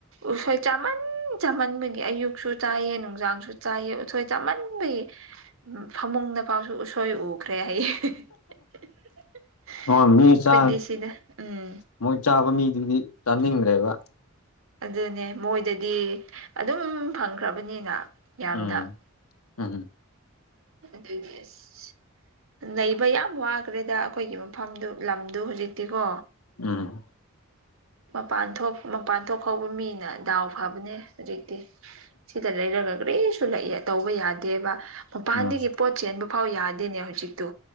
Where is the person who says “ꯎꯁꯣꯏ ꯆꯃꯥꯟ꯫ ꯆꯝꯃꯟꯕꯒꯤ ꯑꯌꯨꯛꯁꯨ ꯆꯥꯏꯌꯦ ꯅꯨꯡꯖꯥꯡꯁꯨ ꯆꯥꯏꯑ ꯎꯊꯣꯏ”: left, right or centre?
Right